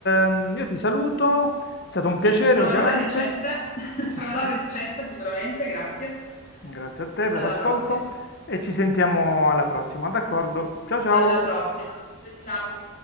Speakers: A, on the left (about 50°); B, on the left (about 35°).
A: ehm, io ti saluto, è stato un piacere,
B: Sì, proverò
A: ovviamente.
B: le ricette, <laughs>
A: <laughs>
B: proverò la ricetta sicuramente, grazie.
A: Grazie a te per
B: Alla
A: l'ascolto
B: prossima.
A: e ci sentiamo alla prossima, d'accordo? Ciao ciao!
B: Alla prossima. Ciao, ciao.